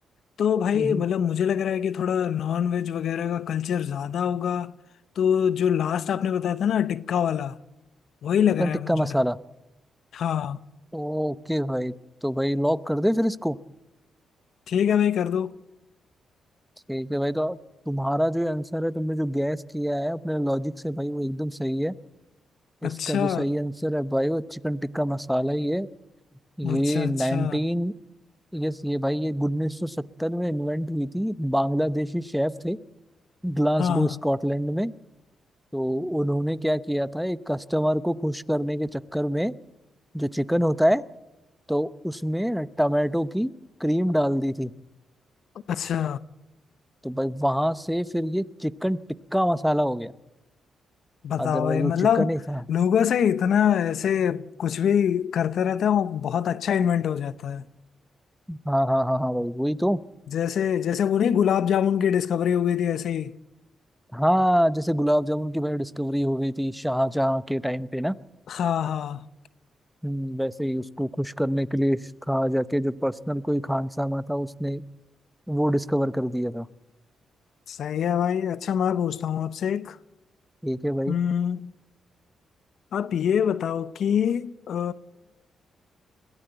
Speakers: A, on the left (about 70°); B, in the centre.
A: तो भाई
B: हम्म, हम्म,
A: मतलब मुझे लग रहा है कि थोड़ा नॉन वेज वगैरह का कल्चर ज़्यादा होगा तो जो लास्ट आपने बताया था ना टिक्का वाला वही लग
B: चिकन
A: रहा
B: टिक्का
A: है मुझे
B: मसाला
A: हाँ
B: ओके भाई तो भाई लॉक कर दे फिर इसको
A: ठीक है भाई कर दो
B: ठीक है भाई तो तुम्हारा जो आंसर है तुमने जो गैस किया है अपने लॉजिक से भाई वो एकदम सही है
A: अच्छा
B: इसका जो सही आंसर है भाई वो चिकन टिक्का मसाला ही है ये
A: अच्छा अच्छा
B: 1980 यस ये भाई ये 1970 में इन्वेंट हुई थी बांग्लादेशी शेफ थे ग्लासगो
A: हाँ
B: स्कॉटलैंड में तो उन्होंने क्या किया था एक कस्टमर को खुश करने के चक्कर में जो चिकन होता है तो उसमें टमाटो की क्रीम डाल दी थी
A: अच्छा
B: तो भाई वहां से फिर ये चिकन टिक्का मसाला हो गया
A: बताओ
B: अदरवाइज
A: भाई मतलब
B: वो चिकन ही था
A: लोगों से इतना ऐसे कुछ भी करते रहते हैं वो बहुत अच्छा इन्वेंट हो जाता है
B: हाँ हाँ हाँ हाँ भाई वही तो
A: जैसे जैसे वो नहीं गुलाब जामुन की डिस्कवरी हो गई थी ऐसे ही
B: हाँ जैसे गुलाब जामुन की भाई डिस्कवरी हो गई थी शाहजहाँ के टाइम पे ना
A: हाँ हाँ
B: हम्म, वैसे ही उसको खुश करने के लिए कहा जाके जो पर्सनल कोई खानसामा था उसने वो डिस्कवर कर दिया था
A: सही है भाई अच्छा मैं पूछता हूँ आपसे एक
B: ठीक है भाई
A: हम्म, आप ये बताओ कि अ,